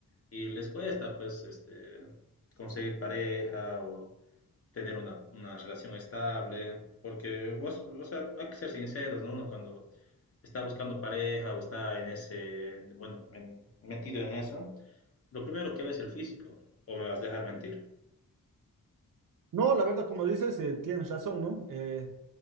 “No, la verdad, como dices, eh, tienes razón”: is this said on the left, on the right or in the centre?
Right